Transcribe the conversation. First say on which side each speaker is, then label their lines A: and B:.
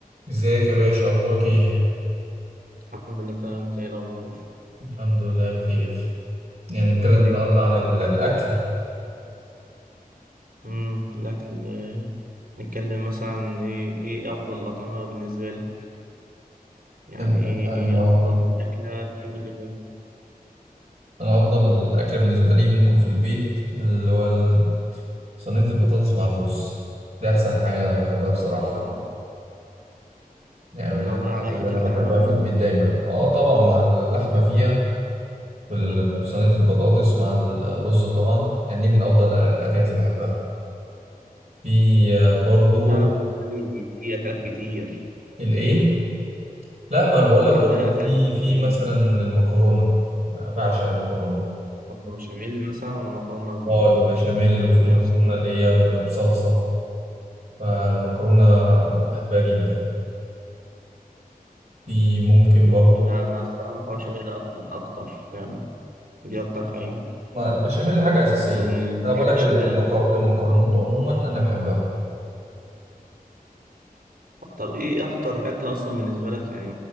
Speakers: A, on the right (about 45°); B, on the right (about 65°).
A: ازيك يا باشا اخبارك ايه
B: الحمد لله تمام انت ايه الاخبار
A: الحمد لله بخير يعني نتكلم
B: ايه الدنيا
A: النهارده
B: عامل
A: عن ال- الاكل
B: امم الاكل آه، نتكلم مثلا عن ايه ايه افضل الاطعمه بالنسبه لك يعني
A: يلا بقى
B: ايه
A: بتاع
B: ايه
A: المواطن.
B: افضل اكله تحب تاكل
A: انا افضل اكل بالنسبه لي ممكن في البيت اللي هو ال- صينيه البطاطس مع الرز دي احسن حاجه انا بحبها بصراحه
B: اه
A: يعني من
B: لو
A: الحاجات
B: بقى عليها
A: اللي
B: حته
A: انا بحبها
B: لحمه بقى
A: في البيت دايما اه طبعا مع اللحمه فيها في ال-
B: مم.
A: في صينيه البطاطس مع الرز طبعا يعني دي من افضل الاكلات اللي بحبها في آه، برضو
B: لا انا بالنسبه لي في اكلات كتير
A: الايه لا ما انا بقول لك
B: عندنا
A: برضه
B: اكلات
A: في
B: كتير
A: في
B: يعني
A: مثلا المكرونه أنا بعشق المكرونه
B: مكرونه بشاميل مثلا ولا مكرونه ب-
A: اه البشاميل وفي
B: اللي
A: المكرونه
B: هي بصلصه
A: اللي
B: مخلوط.
A: هي ب- بصلصه فالمكرونه انا
B: <laughs>
A: بحبها جدا في ممكن
B: مم،
A: برضه
B: لا انا الصراحه مكرونه بشاميل اكتر اكتر يعني دي اكتر حاجه
A: ما البشاميل حاجه اساسيه
B: والحاشي
A: انا بقول لك ال-
B: بقى
A: المكر... المكرونات
B: آه.
A: عموما انا بحبها
B: طب ايه اكتر اكل اصلا بالنسبه لك يعني